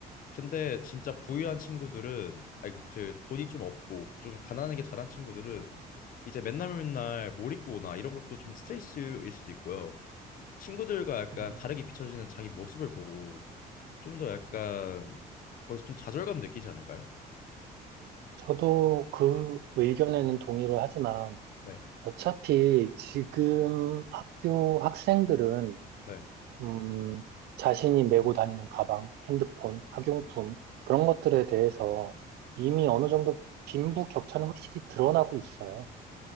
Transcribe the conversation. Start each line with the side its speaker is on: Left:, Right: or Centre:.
Left: 근데 진짜 부유한 친구들은 아니 그치 돈이 좀 없고 좀 가난하게 자란 친구들은 이제 맨날 맨날 몰입고나 이런 것도 좀 스트레스일 수도 있고요. 친구들과 약간
Right: 음,
Left: 다르게 비춰지는 자기 모습을 보고 좀 더 약간 거기서 좀 좌절감 느끼지 않을까요?
Right: 저도 그
Left: 네.
Right: 의견에는 동의를 하지만
Left: 네.
Right: 어차피 지금 학교 학생들은
Left: 네.
Right: 음, 자신이 메고 다니는 가방, 핸드폰, 학용품 그런 것들에 대해서 이미 어느 정도 빈부격차는 확실히 드러나고 있어요.